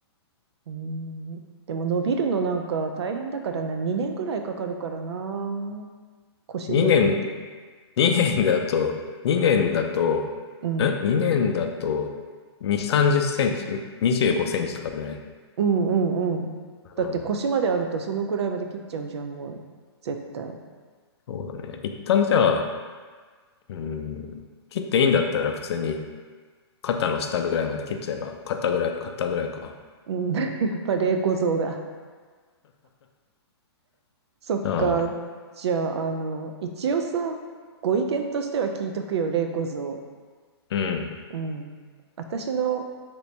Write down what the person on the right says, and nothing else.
うん。でも伸びるのなんか大変だからな。2年ぐらいかかるからな。腰ぐらいまで。
うん。
うんうんうん。だって腰まであるとそのぐらいまで切っちゃうじゃん、
もう。絶対。
うん、<laughs> やっぱ霊小像だ。<laughs> そっか。
じゃあ、あの、一応さ、ご意見としては聞いとくよ、霊小像。
うん。私の